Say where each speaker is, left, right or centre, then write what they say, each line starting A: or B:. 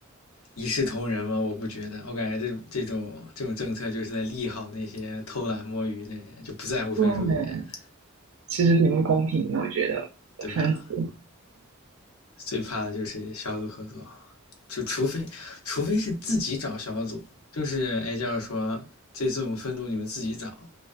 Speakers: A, on the left (about 85°); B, on the right (about 75°).
A: 一视同仁嘛，我不觉得，我感觉这这种这种政策就是在利好那些偷懒摸鱼的人，就不在乎分数的人。
B: 对，其实挺不公平的，我觉得分组。
A: 对啊，最怕的就是小组合作，就除非除非是自己找小组，就是哎，就是说这次我们分组你们自己找，